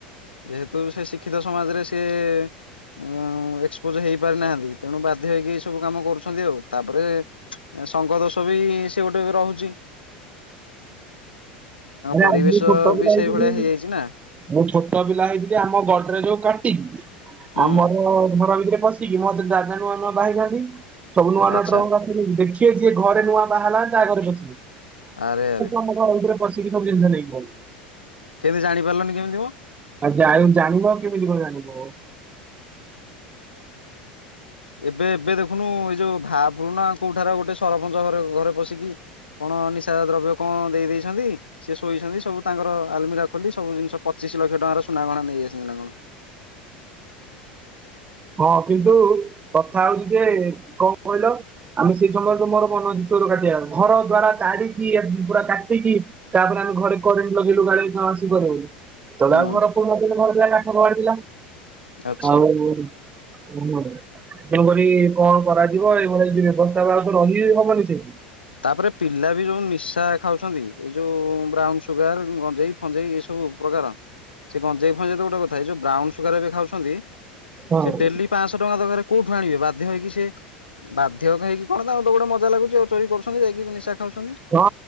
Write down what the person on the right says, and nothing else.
ନା
ଆମେ ଛୋଟପିଲା
ହେଇଚୁ <unintelligible>
ମୁଁ ଛୋଟପିଲା ହେଇଥିଲି ଆମ ଗଢରେଜକୁ କାଟିିକି
ଆମର ଘର ଭିତରେ ପସି ସିକି ମତେ ଦାଦା ନୂଆ ନୂଆ ବାହା ହୋଇଥାନ୍ତି ସବୁ ନୂଆ
ନୂଆ ଟ୍ରଙ୍କ ଦେଖିବେ ଯିଏ ଘରେ ନୂଆ ବାହାହେଲା ମାନେ ତା ଘରେ ପସିବେ।
ଆମ ଘର ଭିତରେ ପଶିକି ସବୁ ଜିନଷ ନେଇକି ପଳଲେ।
ଆଉ ଜାଣି ଜାଣିବ ଆଉ କେମିତିମ ଜାଣିବ।
ହଁ କିନ୍ତୁ କଥା ହୋଉଚି ଯେ କଣ କହିଲ ଆମେ ସେଇ ସମୟରେ ତ ମୋର ମନ ଚୋର କାଟିବାକୁ ଘର ଦ୍ଵାରା ତାଢିକି ଆ ପୁରା କାଟିକି ତାପରେ ଆମେ ଘରେ କରେଣ୍ଟ ଲଗେଇଲୁ କାଳେ କଣ ଆସିପାରିବ ବୋଲି। ସେତୋଳେ
ଆଉ ଘର <unintelligible> ଘର ଥିଲା ଆଉ କାଠ କବାଟ ଥିଲା
ଆଉ ଅହଁ ତେଣୁକରି କଣ କରାଯିବ ଏଇଭଳି ଯଦି ବ୍ୟବସ୍ତା ବା ଆଗକୁ ରହି ହିିବନି ସେଠି।
ହ
ହଁ।
ହଁ